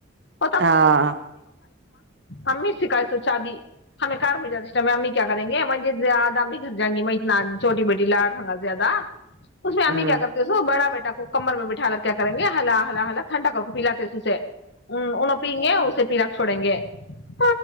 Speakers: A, on the left (about 55°); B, on the right (about 55°).
A: <unintelligible> <inaudible>
B: ہاں
A: امت <unintelligible> شکایت چادی ہمیں کار میں جاتی اس امی کیا کریں گے مجھے زیادہ امی گھر جیں گی میں اتنا چھوٹی بیٹی لاڈ ہوگا زیادہ اس میں امی
B: ہ ہ
A: کیا کرتے ہیں اس بڑا بیٹا کو کمر میں بٹھ لا کیا کریں گے ہلا ہلا ہلا ٹھنڈا کر پیلاے اسے <inaudible> چھوڑیں گے <inaudible>